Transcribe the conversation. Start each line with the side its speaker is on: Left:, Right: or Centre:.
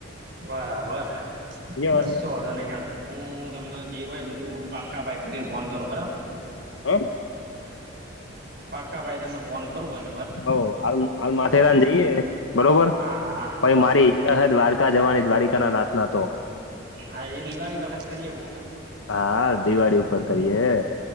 Right: બરાબર. કસો
Left: વાત ને
Right: વોધો નહી હેડાવ હું તમને જે હોય બધું પાક્કા ભાઈ કરીને ફોન કરું બરાબર
Left: હ.
Right: પાકા ભાઈ તમને ફોન કરું બસ
Left: હ હાલ હાલ માથેરાન જઈએ બરોબર
Right: હા
Left: પહી મારી. દ્વારકા જવાની દ્વારીકા ના નાથના તો
Right: હા એ દિવાળી વખત કરીએ પ્રોગ્રામ
Left: હા દિવાળી ઉપર કરીએ.